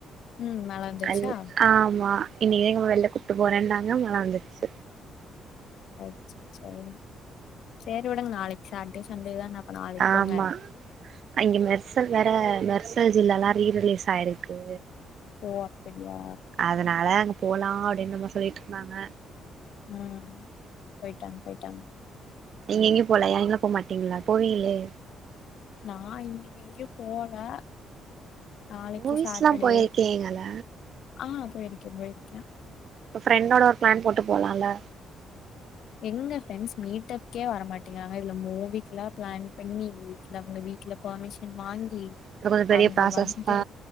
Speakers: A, on the left (about 70°); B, on the right (about 60°).
A: ம் மேல வந்துருச்சா
B: அல் ஆமா இன்னக்கிதா எங்க அம்மா வெள்ல கூப்ட்டு போறன்னாங்க மழ வந்துருச்சி
A: <unintelligible> செரி விடுங்க நாளைக்கு சாட்டே சண்டே தான அப்ப நாளைக்கு
B: ஆமா
A: போங்க
B: அங்க மெர்சல் வேற மெர்சல் ஜில்லால்ல ரீல் ரிலீஸ் ஆயிருக்கு
A: ஓ அப்டியா
B: அதனால அங்க போலான் அப்டின்னு அம்மா சொல்லிட்டு இருந்தாங்க
A: ம் போயிட்டு வாங்க போயிட்டு வாங்க
B: நீங்க எங்கயு போலயா நீங்கலா போமாட்டீங்களா போவீகளே
A: நா இன்னைக்கு எங்கேயு போவல நாளைக்கு
B: மூவிஸ்லா
A: சாட்டடே
B: போயிருக்கீங்கள
A: ஆ போயிருக்கே போயிருக்கே
B: ஃப்ரெண்டோட ஒரு பிளான் போட்டு போலால்ல
A: எங்க ஃப்ரெண்ட்ஸ் மீட்டப்கே வரமாட்டேங்காங்க இதுல மூவிக்குல்லா பிளான் பண்ணி வீட்ல அவுங்க வீட்ல பேமிஷன் வாங்கி
B: அது கொஞ்சோ பெரிய
A: அவுங்க
B: ப்ராசஸ்
A: வந்து
B: தா